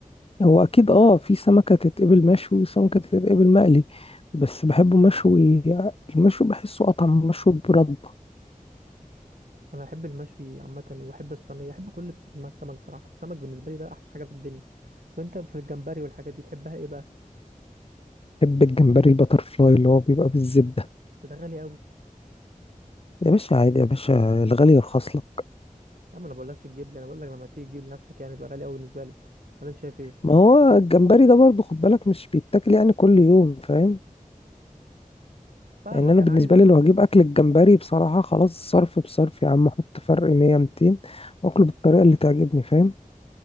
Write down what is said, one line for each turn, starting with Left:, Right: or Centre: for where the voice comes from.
Left: هو أكيد أه في سمكة تتقبل مشوي وسمكة تتقبل مقلي بس بحبه مشوي المشوي بحسه أطعم مشوي برده
Right: انا احب المشوي عامه واحب الصينيه احب كل بس- ما السمك بصراحه السمك بالنسبه لي ده احسن حاجه في الدنيا طب انت في الجمبري والحاجات دي تحبها ايه بقى
Left: بحب الجمبري البتر فلاي اللي هو بيبقى بالزبدة
Right: بس ده غالي قوي يا
Left: يا باشا عادي يا باشا الغالي يرخص لك
Right: عم انا بقولكش تجيب لي انا بقول لك لما تيجي تجيب لنفسك يعني تبقى غالي قوي بالنسبه لك ولا انت شايف ايه
Left: ما هو الجمبري ده برضه خد بالك مش بيتاكل يعني كل يوم فاهم
Right: فاهمك
Left: يعني أنا
Right: انا
Left: بالنسبة
Right: عايزك
Left: لي لو هجيب أكل الجمبري بصراحة خلاص صرف بصرف يا عم أحط فرق 100 200 وأكله بالطريقة اللي تعجبني فاهم